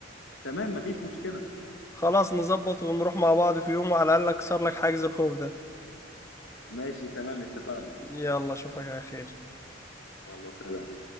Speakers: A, on the left; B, on the left.
A: تمام مفيش مشكلة
B: خلاص نظبط ونروح مع بعض في يوم وعلى الأقل أكسر لك حاجز الخوف ده
A: ماشي تمام اتفقنا
B: يلا أشوفك على خير
A: يلا سلام